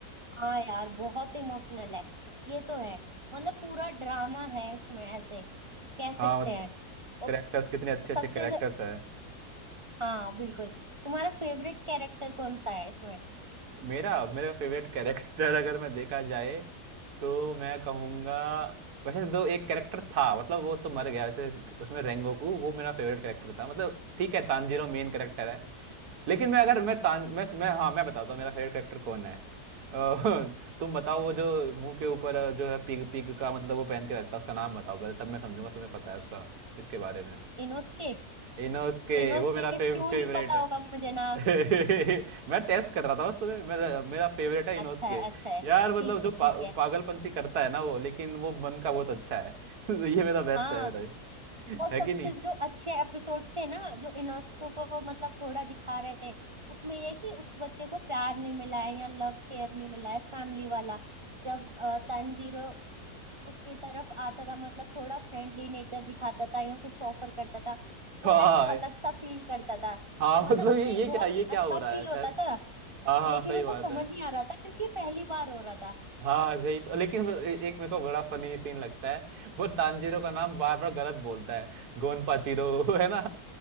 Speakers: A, on the right; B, on the right.
A: हाँ यार बहुत इमोशनल है ये तो है मतलब पूरा ड्रामा है उसमें ऐसे कह सकते
B: हाँ मतलब
A: हैं और
B: करेक्टर्स कितने अच्छे
A: सबसे
B: अच्छे करेक्टर्स है
A: हाँ बिल्कुल तुम्हारा फेवरेट कैरेक्टर कौन सा है इसमें
B: मेरा मेरा फेवरेट कैरेक्टर <laughs> अगर मैं देखा जाए तो मैं कहूँगा वैसे दो एक कैरेक्टर था मतलब वो तो मर गया वैसे उसमें रेंगोकू वो मेरा फेवरेट कैरेक्टर था मतलब ठीक है तानजीरो मेन कैरेक्टर है लेकिन मैं अगर मैं तान मैं मैं हाँ मैं बताता हूँ मेरा फेवरेट कैरेक्टर कौन है अ, <laughs> तुम बताओ वो जो मुंह के ऊपर जो है पिग पिग का मतलब वो पहन के रखता है उसका नाम बताओ पहले तब मैं समझूंगा तुम्हें पता है उसका इसके बारे में
A: इनोस्के
B: इनोस के
A: इनोस्के
B: वो मेरा फेव,
A: के क्यों
B: फेवरेट
A: नहीं पता
B: है
A: होगा मुझे नाम
B: <laughs> मैं टेस्ट कर रहा था बस तुम्हें मेरा मेरा फेवरेट है इनोस
A: अच्छा
B: के
A: है अच्छा है
B: यार मतलब
A: ठीक
B: जो
A: है
B: पा,
A: ठीक है
B: पागलपंती करता है ना वो लेकिन वो मन का बहुत अच्छा है <laughs> ये मेरा बेस्ट
A: हाँ
B: है मेरा ये।
A: और
B: है
A: सबसे
B: कि नहीं
A: जो अच्छे एपिसोड से ना जो इनोस्को को मतलब थोड़ा दिखा रहे थे उसमें ये कि उस बच्चे को प्यार नहीं मिला है या लव केयर नहीं मिला है फैमिली वाला जब तंजीरो उसके तरफ आता था मतलब थोड़ा फ्रेंडली नेचर दिखाता था या कुछ ऑफर करता था
B: हाँ
A: वो ऐसा अलग सा फील करता था
B: हाँ
A: मतलब
B: मतलब
A: उसे
B: ये ये
A: बहुत
B: क्या ये
A: ही
B: क्या
A: अच्छा
B: हो रहा
A: फील
B: है सर
A: होता था
B: हाँ हाँ
A: लेकिन
B: सही
A: उसे
B: बात
A: समझ
B: है
A: नहीं आ रहा था क्योंकि पहली बार हो रहा था
B: हाँ सही तो लेकिन वो ए- एक मेरे को बड़ा फनी सीन लगता है वो तांजीरो का नाम बार बार गलत बोलता है गोन पाचीरो है ना